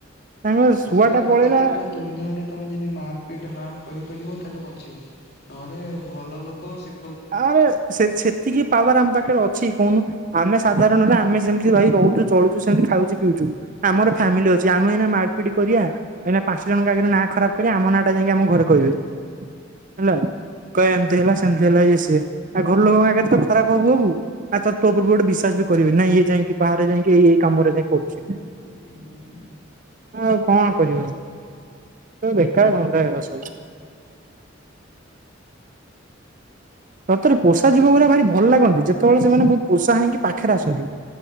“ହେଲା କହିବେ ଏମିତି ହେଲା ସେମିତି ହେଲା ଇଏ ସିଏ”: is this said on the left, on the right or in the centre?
Right